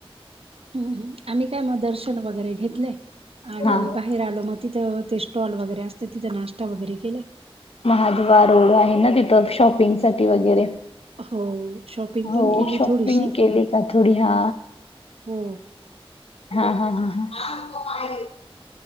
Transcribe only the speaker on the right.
हम्म हम्म आम्ही काय मग दर्शन वगैरे घेतले आणि
बा हेर आलो मग तिथं ते स्टॉल वगैरे असतं तिथं नाश्ता वगैरे केले.
हो शॉपिंग
पण केली
थोडीशी
हो.